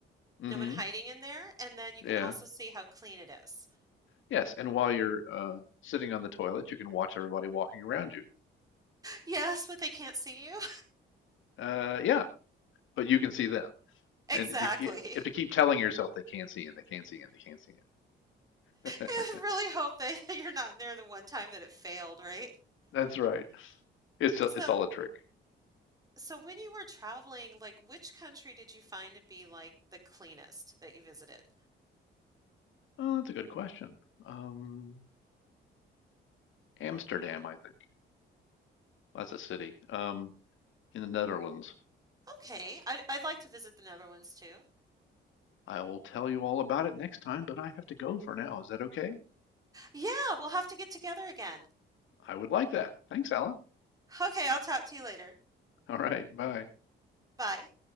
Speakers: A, on the left; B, on the right.
A: hmm
B: no one hiding in there, and that you can
A: Yeah.
B: also see how clean it is.
A: Yes, and while you're uh, sitting on the toilet, you can watch everybody walking around you.
B: Yes, but they can't see you.
A: Uh, yeah, but you can see them,
B: <laughs> Exactly.
A: and you, ca- you have to keep telling yourself they can't see and they can't see and they can't see it.
B: I
A: <laughs>
B: really hope that <laughs> you're not there the one time that it failed, right?
A: That's right. It's a,
B: So,
A: it's all a trick.
B: so when you were traveling, like which country did you find to be like the cleanest that you visited?
A: Oh, that's a good question. Um, Amsterdam, I think. Well, That's a city, um, in the Netherlands.
B: Okay, I'd, I'd like to visit the Netherlands too.
A: I will tell you all about it next time, but I have to go for now. Is that okay?
B: Yeah, we'll have to get together again.
A: I would like that. Thanks, Ella.
B: Okay, I'll talk to you later.
A: All right, bye.
B: Bye.